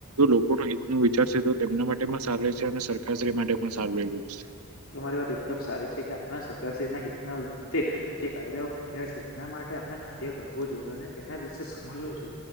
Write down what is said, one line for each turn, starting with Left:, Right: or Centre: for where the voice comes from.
Right: લોકોનું હિત ન વિચાર તો તેમના માટે પણ સારું છે, અને સરકારશ્રી માટે પણ સારું એું છે.
Left: તમારી વાત એકદમ સારી છે, કે આપણા સરકાર શના હિતના લગ્ય, જે કાયદાઓ કાઢ્યા છે તેના માટે આપણે કાર્ય કરવું જોઈએ, અને તેના વિશે સમજવું જોઈએ